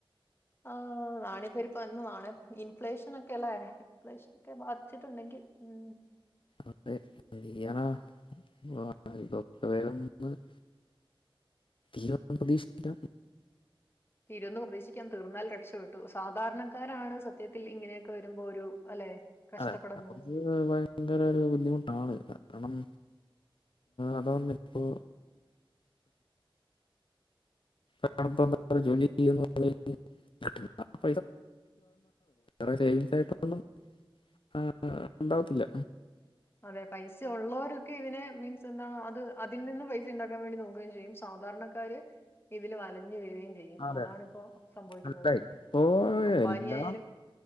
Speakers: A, on the left; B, on the left.
A: ആഹ് <unintelligible> ഇൻഫ്ലേഷനൊക്കെ ലെ <unintelligible> ബാധിച്ചിട്ടുണ്ടെങ്കിൽ ഉം
B: അതെ ശെരിയാണ് <unintelligible> തീരുമെന്ന് പ്രതീക്ഷിക്കാം
A: തീരുന്ന് പ്രതീക്ഷിക്കാം തീർന്നാൽ രക്ഷപ്പെട്ടു സാധാരണക്കാരാണ് സത്യത്തിൽ ഇങ്ങനെയൊക്കെ വെരുമ്പോ ഒരു അല്ലെ കഷ്ടപ്പെടുന്നത്
B: അതെ നമ്മക്ക് ഭയങ്കരൊരു ബുദ്ധിമുട്ടാണ് കാരണം അത് വന്നിപ്പോ <unintelligible> <unintelligible> വേറെ സെയ്‌വിങ്സായിട്ടൊന്നും ആ ആ ഉണ്ടാവത്തില്ല
A: അതെ പൈസ ഉള്ളവരൊക്കെ ഇവനെ മീൻസ് എന്താണോ അത് അതിൽ നിന്ന് പൈസ ഉണ്ടാക്കാൻ വേണ്ടി നോക്കുകയും ചെയ്യും സാധാരണ ക്കാര് ഇതില് വലഞ് വരുകയും ചെയ്യും
B: അതെ
A: അതാണിപ്പോ സംഭവിക്കുന്നത്
B: മനസ്സിലായി ഇപ്പോ
A: അമ്പാനി
B: എല്ലാ
A: ആയാലും